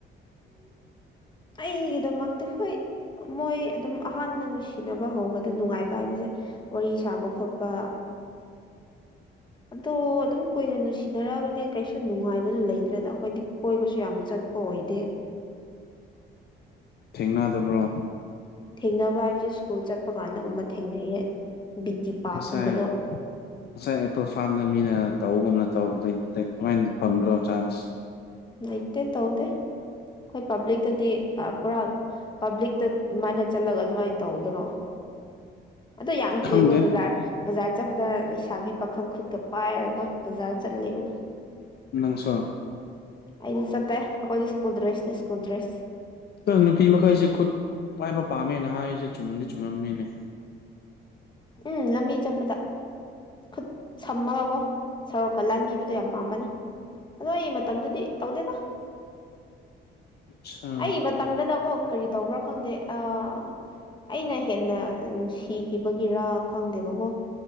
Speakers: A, on the left (about 25°); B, on the left (about 55°).
A: ꯑꯩꯒꯤꯗꯃꯛꯇꯤ ꯍꯣꯏ ꯃꯣꯏ ꯑꯗꯨꯝ ꯑꯍꯥꯟꯕ ꯅꯨꯡꯁꯤꯅꯕ ꯍꯧꯕꯗ ꯅꯨꯡꯉꯥꯏꯕ ꯍꯥꯏꯕꯅꯦ꯫ ꯋꯥꯔꯤ ꯁꯥꯕ ꯈꯣꯠꯄ ꯑꯗꯣ ꯑꯗꯨꯝ ꯀꯨꯏꯅ ꯅꯨꯡꯁꯤꯅꯔꯛꯑꯒꯗꯤ ꯀꯩꯁꯨ ꯅꯨꯡꯉꯥꯏꯕꯗꯨ ꯂꯩꯇ꯭ꯔꯦꯗ ꯑꯩꯈꯣꯏꯗꯤ ꯀꯣꯏꯕꯁꯨ ꯌꯥꯝ ꯆꯠ ꯀꯣꯏꯗꯦ
B: ꯊꯦꯡꯅꯗꯕ꯭ꯔꯣ?
A: ꯊꯦꯡꯅꯕ ꯍꯥꯏꯕꯁꯦ ꯁ꯭ꯀꯨꯜ ꯆꯠꯄ ꯀꯥꯟꯗꯒꯨꯝꯕ ꯊꯦꯡꯅꯩꯑꯦ ꯕꯤ ꯇꯤ ꯄꯥꯔꯀꯨꯝꯕꯗꯣ
B: ꯉꯁꯥꯏ ꯉꯁꯥꯏ ꯑꯦꯄꯜ ꯐꯥꯔꯝꯗ ꯃꯤꯅ ꯇꯧꯕꯒꯨꯝꯅ ꯇꯧ ꯑꯗꯨꯃꯥꯏꯅ ꯐꯪꯗ꯭ꯔꯣ ꯆꯥꯟꯁ
A: ꯂꯩꯇꯦ ꯇꯧꯗꯦ ꯑꯩꯈꯣꯏ ꯄꯥꯕ꯭ꯂꯤꯛꯇꯗꯤ ꯄꯨꯔꯥ ꯄꯕ꯭ꯂꯤꯛꯇ ꯃꯥꯏꯅ ꯆꯠꯂꯒ ꯑꯗꯨꯃꯥꯏꯅ ꯇꯧꯒꯦꯔꯣ? ꯑꯗꯣ ꯌꯥꯝꯗꯤ
B: ꯈꯪꯗꯦ
A: ꯎꯏꯀꯣ ꯕꯖꯥꯔ ꯕꯖꯥꯔ ꯆꯠꯄꯗ ꯂꯩꯁꯥꯕꯤ ꯄꯥꯈꯪ ꯈꯨꯠꯀ ꯄꯥꯏꯔꯒꯣ ꯕꯖꯥꯔ ꯆꯠ ꯂꯩꯕꯅꯣ꯫
B: ꯅꯪꯁꯣ
A: ꯑꯩꯗꯤ ꯆꯠꯇꯦ ꯑꯩꯈꯣꯏꯗꯤ ꯁ꯭ꯀꯨꯜ ꯗ꯭ꯔꯦꯁꯅꯦ ꯁ꯭ꯀꯨꯜ ꯗ꯭ꯔꯦꯁ
B: ꯑꯪ ꯅꯨꯄꯤ ꯃꯈꯩꯁꯦ ꯈꯨꯠ ꯄꯥꯏꯕ ꯄꯥꯝꯃꯦꯅ ꯍꯥꯏꯔꯤꯁꯦ ꯆꯨꯝꯗꯤ ꯆꯨꯝꯔꯝꯅꯤꯅꯦ
A: ꯎꯝ ꯂꯝꯕꯤ ꯆꯠꯄꯗ ꯈꯨꯠ ꯁꯝꯃꯒꯀꯣ ꯁꯔꯣꯛꯀ ꯂꯥꯟꯕꯤꯕꯗꯣ ꯌꯥꯝ ꯄꯥꯝꯕꯅꯦ ꯅꯣꯏꯒꯤ ꯃꯇꯝꯗꯗꯤ ꯇꯧꯗꯦꯗ
B: ꯑꯠꯁꯥ
A: ꯑꯩ ꯃꯇꯝꯗꯅꯀꯣ ꯀꯔꯤ ꯇꯧꯕ꯭ꯔꯥ ꯈꯪꯗꯦ ꯑꯥ ꯑꯩꯅ ꯍꯦꯟꯅ ꯅꯨꯡꯁꯤ ꯕꯒꯤꯔ ꯈꯪꯗꯦꯕꯀꯣ